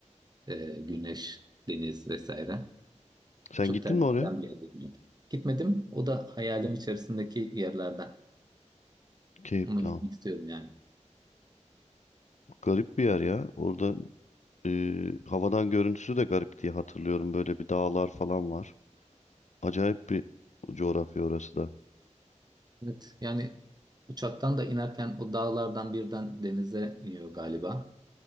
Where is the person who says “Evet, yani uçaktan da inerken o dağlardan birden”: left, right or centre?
Right